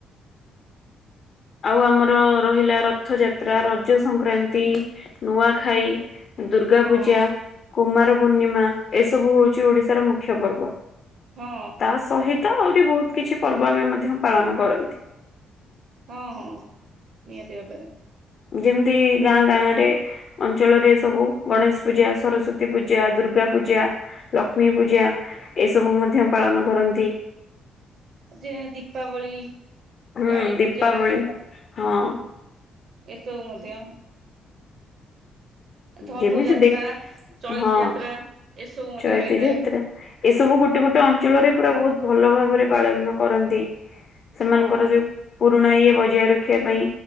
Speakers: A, on the left (about 50°); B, on the right (about 60°).
A: ଆଉ ଆମର ରହିଲା ରଥଯାତ୍ରା, ରଜ ସଂକ୍ରାନ୍ତି, ନୂଆଖାଇ ଦୁର୍ଗା
B: ହଁ
A: ପୂଜା, କୁମାର ପୂର୍ଣ୍ଣିମା ଏସବୁ ହଉଚି ଓଡିଶାର ମୁଖ୍ୟ ପର୍ବ।
B: ହଁ
A: ତା ସହିତ ଆହୁରି ବହୁତ୍ କିଛି ପର୍ବ ଆମେ ମଧ୍ୟ ପାଳନ କରନ୍ତି।
B: ହଁ-ହଁ ନିହାତି ଭାବେରେ।
A: ଯେମ୍ତି ଗାଁ-ଗାଁ ରେ ଅଞ୍ଚଳରେ ସବୁ ଗଣେଶ ପୂଜା, ସରସ୍ଵତୀ ପୂଜା, ଦୁର୍ଗା ପୂଜା ଲକ୍ଷ୍ମୀ ପୂଜା ଏସବୁ ମଧ୍ୟ ପାଳନ କରନ୍ତି।
B: ଯେ ଦୀପାବଳି
A: ହୁଁ,
B: କାଳୀ
A: ଦୀପାବଳି
B: ପୂଜା
A: ହଁ।
B: ଏସବୁ ମଧ୍ୟ। ଧନୁ
A: ଯେମିତି
B: ଯାତ୍ରା
A: <unintelligible>
B: ଚଇତି
A: ହଁ
B: ଯାତ୍ରା ଏସବୁ ମଧ୍ୟ
A: ଚ‌ଇତି
B: ରହିଥାଏ
A: ଯାତ୍ରା। ଏସବୁ ଗୋଟେ-ଗୋଟେ ଅଞ୍ଚଳରେ ପୁରା ବହୁତ୍ ଭଲ ଭାବରେ ପାଳନ କରନ୍ତି। ସେମାନଙ୍କର
B: ହଁ।
A: ଯୋଉ ପୁରୁଣା ଇଏ ବଜାୟ ରଖିବା ପାଇଁ